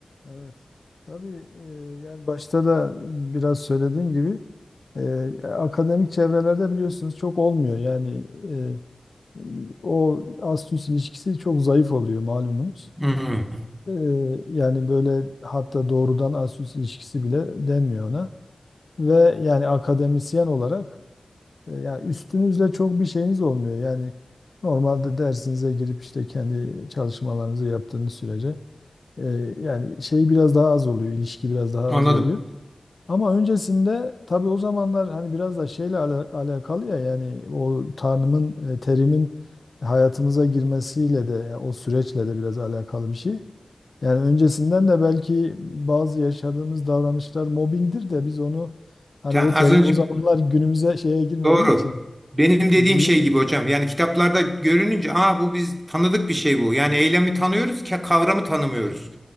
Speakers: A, on the left; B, on the right.
A: Evet. Tabii e, yani başta da biraz söylediğim gibi e, akademik çevrelerde biliyorsunuz çok olmuyor. Yani e, o ast-üst ilişkisi çok zayıf oluyor malumunuz.
B: Hmm,
A: E, yani böyle hatta doğrudan ast-üst ilişkisi bile denmiyor ona. Ve yani akademisyen olarak e, yani üstünüzle çok bir şeyiniz olmuyor. Yani normalde dersinize girip işte kendi çalışmalarınızı yaptığınız sürece e, yani şey biraz daha az oluyor, ilişki biraz daha
B: anladım.
A: az oluyor. Ama öncesinde tabii o zamanlar hani biraz da şeyle ala- alakalı ya yani o tanımın e, terimin hayatımıza girmesiyle de yani o süreçle de biraz alakalı bir şey. Yani öncesinden de belki bazı yaşadığımız davranışlar mobbingdir de biz onu hani
B: Ya
A: o terim
B: az önce
A: o zamanlar günümüze şeye girmediği
B: Doğru.
A: için
B: Benim dediğim
A: zi-
B: şey gibi hocam. Yani kitaplarda görününce aa bu biz tanıdık bir şey bu. Yani eylemi tanıyoruz, ka- kavramı tanımıyoruz